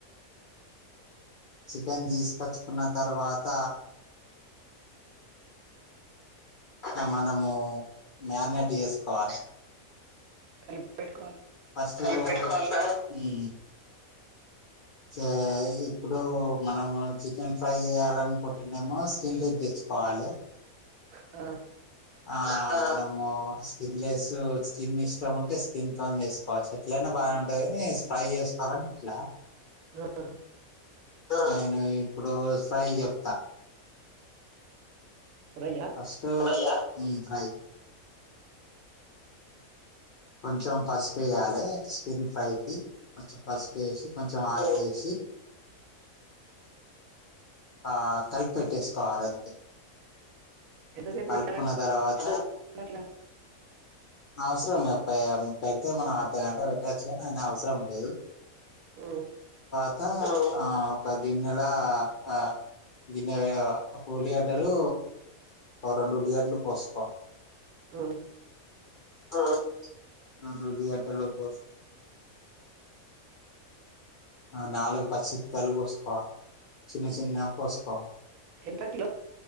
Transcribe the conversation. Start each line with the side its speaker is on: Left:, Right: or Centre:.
Left: చికెన్ తీసుకొచ్చుకున్న తర్వాత అట్ట మనము మ్యారినేట్ చేసుకోవాలి
Right: కలిపి పెట్
Left: ఫస్ట్ <unintelligible> హ్మ్ చే ఇప్పుడు మనం చికెన్ ఫ్రై చేయాలనుకుంటునేమో స్కిన్ లెస్ తెచ్ కోవాలే
Right: అ
Left: ఆ మనము స్కిన్ లెస్ స్కిన్ ఇష్టం ఉంటే స్కిన్ తోని చేసుకోవచ్చు ఎట్లైన అంత బానే ఉంటది ఫ్రై చేసుకోవాలంటే ఇట్ల
Right: <inaudible>
Left: నేను ఇప్పుడు ఫ్రై చెప్తా
Right: ఫ్రైయా
Left: ఫస్ట్ హ్మ్ ఫ్రై కొంచెం పసుపేయాలే చికెన్ ఫ్రై కి కొంచెం పసుపు వేసి కొంచెం ఆయిల్ వేసి ఆ కలిపెట్టేసుకోవాలంతే
Right: ఎంతసేపు
Left: కల్పుకున్న
Right: పెట్టాలండి
Left: తరువాత
Right: అట్లా
Left: అవసరం లే పెడితే మనం అర్ధగంట పెట్టొచ్చు కానీ అవసరం లేదు
Right: మ్
Left: అంత ఒక దిన్నల ఆ గిన్నె మా ఒక ఉల్లిగడ్డలు రెండు ఉల్లిగడ్డలు కోసుకో
Right: ఉమ్
Left: ఆ ఆ నాలుగు పచ్చిత్తాలు కోసుకోవాలె చిన్న చిన్న కోసుకోవాలె
Right: ఎంత కిలో